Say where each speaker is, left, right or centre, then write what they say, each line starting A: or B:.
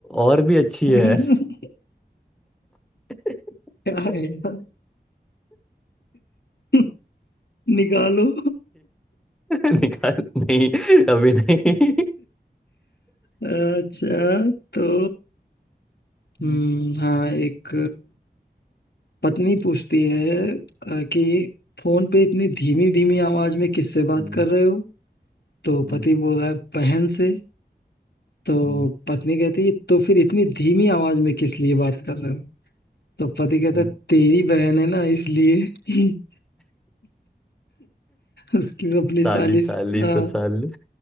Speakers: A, in the centre; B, on the left.
A: और भी अच्छी
B: <laughs>
A: है <laughs>
B: क्या है यार <laughs> निकालो
A: निकाल नहीं अभी नहीं <laughs>
B: अच्छा तो हम्म,
A: हम्म,
B: हाँ एक पत्नी पूछती है अ, कि फोन पे इतनी धीमी धीमी आवाज में किससे बात
A: हम्म,
B: कर
A: हम्म,
B: रहे हो तो
A: हम्म,
B: पति बोल रहा है बहन से तो
A: हम्म,
B: पत्नी कहती है तो फिर इतनी धीमी आवाज में किस लिए बात कर रहे हो तो पति कहता
A: हम्म।
B: है तेरी बहन है ना इसलिए <laughs> उसकी अपनी
A: साली
B: साली
A: साली
B: से- हाँ
A: तो साली